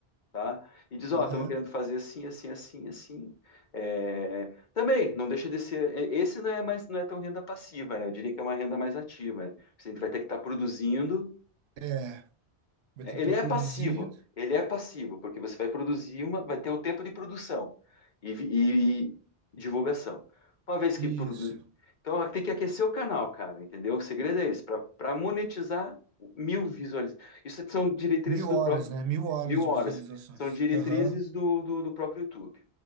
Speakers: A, on the left; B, on the right.
A: tá? E diz, ó,
B: Aham.
A: estamos querendo fazer assim, assim, assim, assim. É, Também, não deixa de ser, é, esse não é mais, não é tão renda passiva, né? Eu diria que é uma renda mais ativa, né? Porque A gente vai ter que estar produzindo
B: É, vai
A: né?
B: ter que estar
A: Ele é
B: produzindo.
A: passivo, ele é passivo, porque você vai produzir uma, vai ter o tempo de produção e, vi- e divulgação. Uma vez que
B: Isso.
A: produz. Então tem que aquecer o canal, cara, entendeu? O segredo é esse, para monetizar mil visualizações. Isso são diretrizes
B: Mil
A: do
B: horas,
A: próprio.
B: né? Mil horas
A: Mil
B: de
A: horas.
B: visualizações.
A: São diretrizes
B: Aham,
A: do, do, do próprio YouTube,